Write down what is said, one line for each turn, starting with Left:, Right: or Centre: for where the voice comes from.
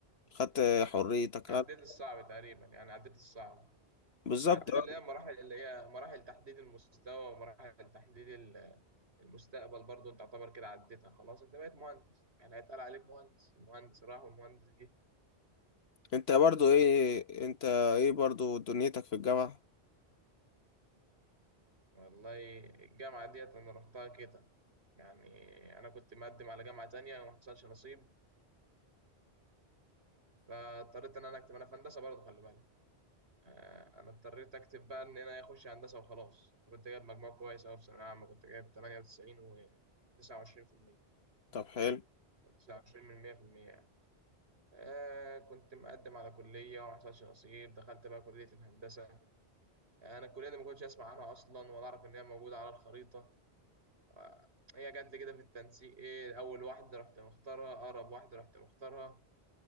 Left: خدت حريتك
Right: عديت
Left: خدت-
Right: الصعب تقريبا يعني عديت الصعب
Left: بالظبط
Right: عديت
Left: اه.
Right: اللي هي مراحل اللي هي مراحل تحديد المستوى ومراحل تحديد ال- المستقبل برضو انت تعتبر كده عديتها خلاص انت بقيت مهندس يعني هيتقال عليك مهندس المهندس راح والمهندس جه
Left: انت برضو ايه انت ايه برضو دنيتك في الجامعة
Right: والله الجامعة ديت انا رحتها كده يعني انا كنت مقدم على جامعة تانية وما حصلش نصيب فاضطريت ان انا اكتب انا في هندسة برضه خلي بالك آه، انا اضطريت اكتب بقى ان انا اخش هندسة وخلاص انا كنت جايب مجموع كويس اوي في ثانوية عامة كنت جايب 98 و 29%
Left: طب حلو
Right: او 29 من 100% آه كنت مقدم على كلية وما حصلش نصيب دخلت بقى كلية الهندسة يعني أنا الكلية دي ما كنتش أسمع عنها أصلا ولا أعرف إن هي موجودة على الخريطة آه، هي جت لي كده في التنسيق إيه أول واحدة رحت مختارها أقرب واحدة رحت مختارها